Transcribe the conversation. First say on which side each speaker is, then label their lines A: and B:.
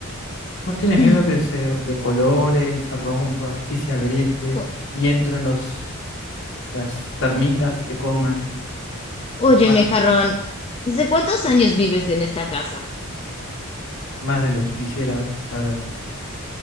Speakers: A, on the left (about 60°); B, on the left (about 25°).
A: ¿No tienes
B: <clears throat>
A: miedo que se decolore y se rompa y se agriete
B: O-
A: y entren los, las termitas y te coman
B: Óyeme,
A: y te vayan?
B: jarrón, ¿desde cuántos años vives en esta casa?
A: más de lo que quisiera saber?